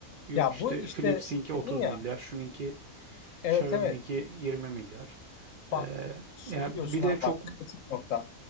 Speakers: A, on the right (about 70°); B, on the left (about 70°).
A: Yok
B: Ya
A: işte
B: bu işte
A: Philips'inki 30
B: dedin ya
A: milyar, şununki
B: evet
A: Xiaomi'ninki
B: evet
A: 20 milyar.
B: bak
A: Ee,
B: şey
A: yani
B: diyorsun
A: bir de
B: abi
A: çok
B: bak kritik nokta.